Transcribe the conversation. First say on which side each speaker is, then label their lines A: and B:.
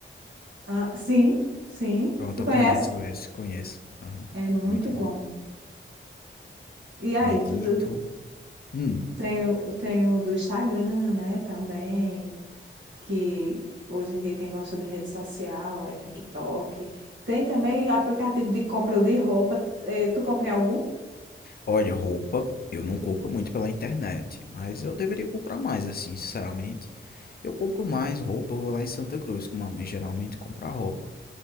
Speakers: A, on the right (about 60°); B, on the left (about 45°).
A: Ah, sim, sim.
B: Pronto,
A: Tu
B: eu
A: conhece?
B: conheço esse, conheço. Aham,
A: É muito
B: Muito bom.
A: bom. E aí,
B: Medito.
A: tu, tu
B: Hum,
A: Tem, o- tem o do Instagram, né, também, que hoje em dia quem gosta de rede social é TikTok. Tem também aplicativo de compra de roupa. Eh, tu compra em algum?
B: olha, roupa, eu não compro muito pela internet, mas eu deveria comprar mais, assim, sinceramente. Eu compro mais roupa, eu vou lá em Santa Cruz com mamãe, geralmente comprar roupa.